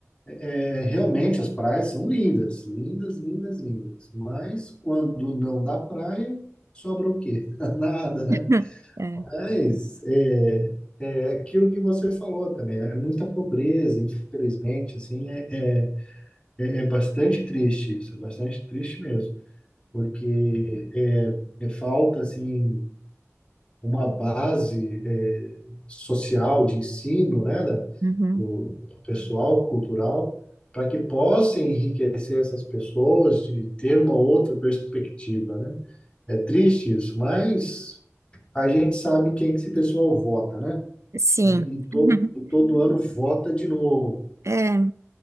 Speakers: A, on the left; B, on the right.
A: É, é, realmente as praias são lindas, lindas, lindas, lindas. Mas quando não dá praia, sobra o quê? <laughs> Nada, né
B: <laughs> é,
A: Mas é, é é aquilo que você falou também, é muita pobreza, infelizmente, assim, é, é, é é bastante triste isso, é bastante triste mesmo, porque é, é falta, assim, uma base é, social de ensino, né, da-
B: Uhum.
A: do, do pessoal cultural, para que possa enriquecer essas pessoas de ter uma outra perspectiva, né? É triste isso, mas a gente sabe em quem que esse pessoal vota, né?
B: sim.
A: né? E todo,
B: <laughs>
A: todo ano vota de novo.
B: É,